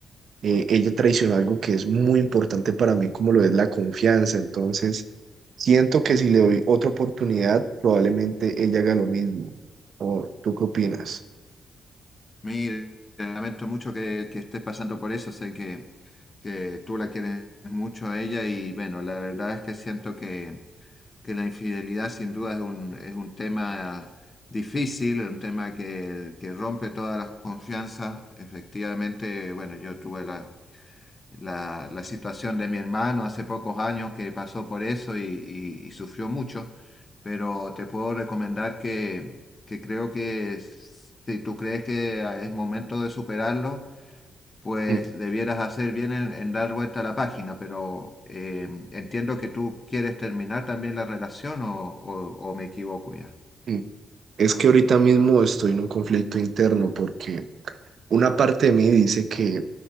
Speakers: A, on the right; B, on the left.
A: eh, ella traicionó algo que es muy importante para mí, como lo es la confianza. Entonces, siento que si le doy otra oportunidad, probablemente ella haga lo mismo. ¿O tú qué opinas?
B: Mire, lamento mucho que, que estés pasando por eso, sé que, que tú la quieres mucho a ella y bueno, la verdad es que siento que, que la infidelidad sin duda es un, es un tema difícil, un tema que, que rompe todas las confianzas. Efectivamente, bueno, yo tuve la la, la situación de mi hermano hace pocos años que pasó por eso y, y- y sufrió mucho, pero te puedo recomendar que, que creo que s- si tú crees que a- es momento de superarlo, pues
A: Mm,
B: debieras hacer bien en, en dar vuelta a la página, pero eh, entiendo que tú quieres terminar también la relación o, o- o me equivoco ya.
A: mm. Es que ahorita mismo estoy en un conflicto interno porque una parte de mí dice que